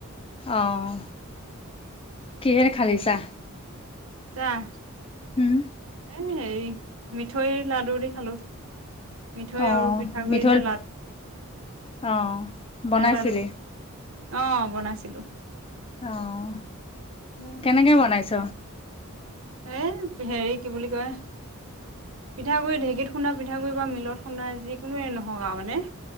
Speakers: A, on the left; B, on the right.
A: অহ, কিহে খালি‌ চাহ?
B: চাহ,
A: উম
B: এ হেয়ি মিঠৈৰ লাডু দি খালো। মিঠৈ
A: অহ,
B: আৰু পিঠাগুৰি
A: মিঠৈ
B: যে লাডু
A: অ',
B: সেয়া
A: বনাইছিলি?
B: লাডু অ', বনাইছিলো।
A: অ',
B: উম,
A: কেনেকে বনাইছ?
B: এ হেৰি কি বুলি কয় পিঠাগুৰি ঢেঁকীত খুনা পিঠাগুৰি বা মিলত খুন্দা যিকোনোৱে নহওঁক আৰু মানে